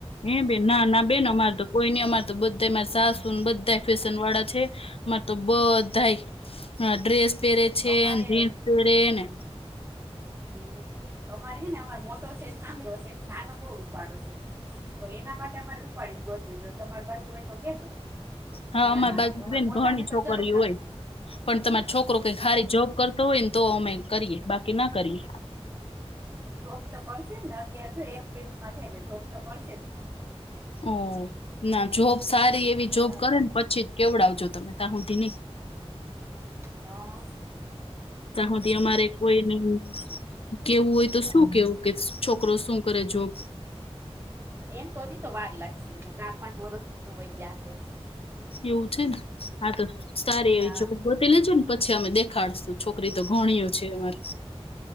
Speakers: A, on the left; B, on the right.
A: એ બેન નાં ના બેન અમારે તો કોઈ નહી અમારે તો બધા યે મારા સાસુ ને બધા ફેશન વાળા છે અમાર તો બધાય હા ડ્રેસ પેરે છે
B: અમારે
A: ને જીન્સ પેરે ને
B: હ અમારે હે ને મોટો છે ને શામળો છે નાનો બઉ રૂપાળો છે તો એના માટે અમારે રૂપાળી ગોતવી જોશે તમારી બાજુ હોય તો કેજો
A: હા
B: ના
A: અમારી
B: ના
A: બાજુ
B: તો અમારે
A: બેન
B: મોટા
A: ઘણી
B: ને
A: છોકરીયું
B: તો જરૂર નથી
A: હોય પણ તમારો છોકરો કંઈક હારી જોબ કરતો હોય હોય ને તો અમે કરીએ બાકી ન કરીએ
B: જોબ તો કરશે જ અત્યારે જો એક જગ્યા એ જાય તો જોબ તો કરશે જ
A: એ ના જોબ સારી એવી
B: હા
A: જોબ કરે ને પછી જ કેવડાવજો તમે ત્યાં સુધી નહી
B: હા.
A: ત્યાં સુધી અમારે કોઈ નહી હો કેવું હોય તો શું કેવું કે છોકરો શું કરે જોબ
B: એમ તો હજી તો વાર લાગશે ચાર પાંચ વરસ તો વૈઇ ગયા હશે તો
A: એવું છે ને હા સારી
B: હા
A: એવી જોબ કર પેલા છે ને પછી અમે દેખાડશું છોકરીઓ તો ઘણીયું છે અમારે